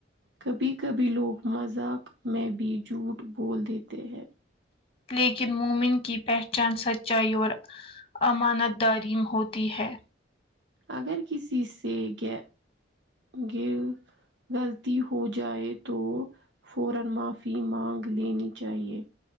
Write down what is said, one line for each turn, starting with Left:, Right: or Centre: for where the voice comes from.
Right: کبھی کبھی لوگ مذاق میں بھی جھوٹ بول دیتے ہیں
Left: لیکن مومن کی پہچان سچائی اور امانت داریم ہوتی ہے
Right: اگر کسی سے گ گل غلطی ہو جائے تو فورا معافی مانگ لینی چاہیے